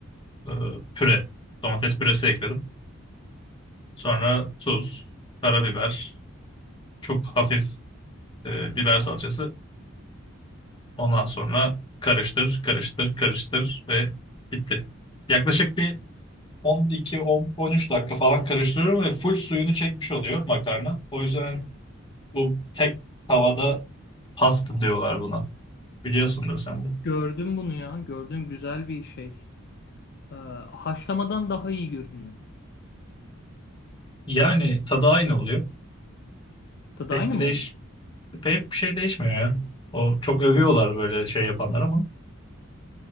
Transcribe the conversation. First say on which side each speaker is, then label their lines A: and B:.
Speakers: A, on the left; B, on the left.
A: e, püre. Domates püresi ekledim. Sonra tuz, karabiber, çok hafif e, biber salçası. Ondan sonra karıştır, karıştır, karıştır ve bitti. Yaklaşık bir 12-13 dakika falan karıştırıyorum ve full suyunu çekmiş oluyor makarna. O yüzden bu tek tavada pasta diyorlar buna. Biliyorsundur sen de.
B: Gördüm bunu ya. Gördüm güzel bir şey. Ee, haşlamadan daha iyi görünüyor.
A: Yani tadı aynı oluyor.
B: Tadı
A: Pek
B: aynı
A: bir
B: mı
A: değiş
B: oluyor?
A: pek bir şey değişmiyor ya. O çok övüyorlar böyle şey yapanlar ama.